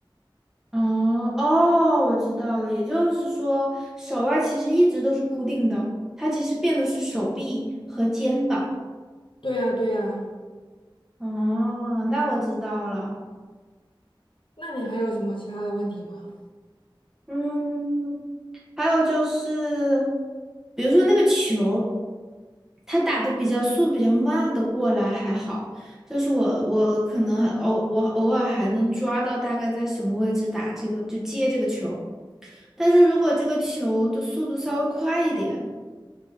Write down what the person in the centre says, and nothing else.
哦哦，我知道了，也就是说，手腕其实一直都是固定的，它其实变的是手臂和肩膀。
哦，那我知道了。
嗯，还有就是，比如说那个球，它打的比较速、比较慢的过来还好，就是我我可能还偶我偶尔还能抓到大概在什么位置打这个，就接这个球。但是如果这个球的速度稍微快一点，